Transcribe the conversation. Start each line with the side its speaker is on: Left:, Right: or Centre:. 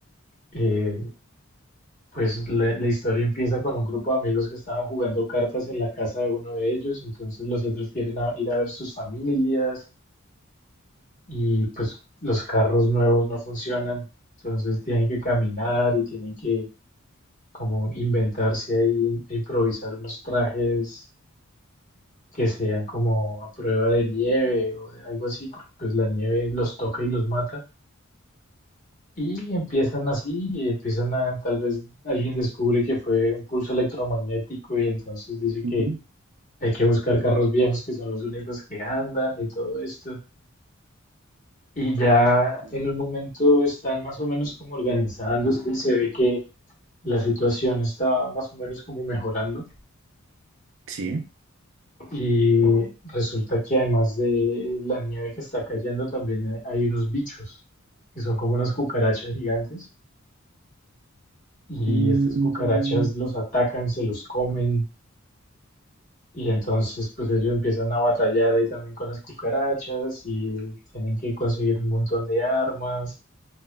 Left: eh, Pues la, la historia empieza con un grupo de amigos que estaban jugando cartas en la casa de uno de ellos, entonces los otros quieren a- ir a ver sus familias y pues los carros nuevos no funcionan, entonces tienen que caminar y tienen que como inventarse ahí e improvisar unos trajes que sean como a prueba de nieve o de algo así, porque pues la nieve los toca y los mata. Y empiezan así, y empiezan a, tal vez alguien descubre que fue un pulso electromagnético y entonces dice que
Right: Ujú,
Left: hay que buscar carros viejos que son los únicos que andan y todo esto. Y ya
Right: claro.
Left: en un momento están más o menos como organizándose y se ve que la situación está más o menos como mejorando.
Right: Sí.
Left: Y resulta que además de la nieve que está cayendo, también hay unos bichos que son como unas cucarachas gigantes y
Right: Mm,
Left: estas cucarachas los atacan, se los comen y entonces pues ellos empiezan a batallar ahí también con las cucarachas y tienen que conseguir un montón de armas,